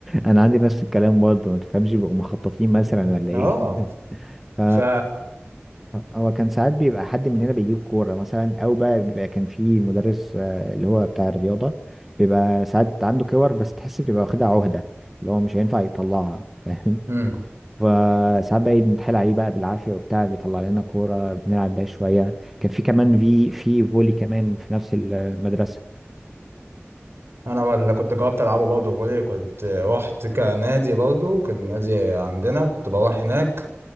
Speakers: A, in the centre; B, on the right.
A: انا عندي نفس الكلام برضه ما تفهمش بيبقوا مخططين
B: <laughs>
A: مثلا ولا ايه
B: اه
A: <laughs> ف
B: ف
A: هو كان ساعات بيبقى حد مننا بيجيب كوره مثلا او بقى بيبقى كان في مدرس آه، اللي هو بتاع الرياضه بيبقى ساعات عنده كور بس تحس بيبقى واخدها عهده اللي هو مش هينفع يطلعها فاهم
B: امم
A: فساعات بقى إيه بنتحايل عليه بقى بالعافيه وبتاع بيطلع لنا كوره بنلعب بيها شويه كان في كمان في في فولي كمان في نفس المدرسه
B: انا اللي كنت جربت العبه برضه فولي كنت رحت كنادي برضه كان نادي عندنا كنت بروح هناك